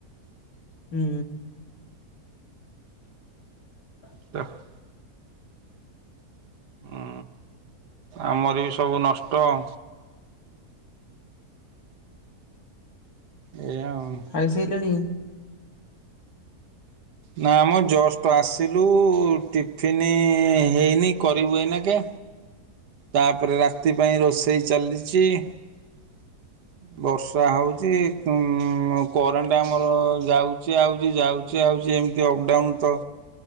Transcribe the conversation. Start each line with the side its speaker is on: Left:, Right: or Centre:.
Left: ହୁଁ। <inaudible>
Right: <unintelligible> ଉ ଆମର ବି ସବୁ ନଷ୍ଟ ଆଉ। ଏୟା ଆଉ।
Left: ଖାଇସାରିଲଣି?
Right: ନା ମ ଜଷ୍ଟ ଆସିଲୁ ଟିଫିନ୍ ହେଇନି କରିବୁ ଏଇନା କେ। ତାପରେ ରାତି ପାଇଁ ରୋଷେଇ ଚାଲିଚି ବର୍ଷ ବର୍ଷା ହେଉଛିକୁମ କରେଣ୍ଟ ଆମର ଯାଉଛି ଆଉଛି ଯାଉଛି ଆଉଛି ଏମିତି ଅପଡ଼ାଉନ୍ ତ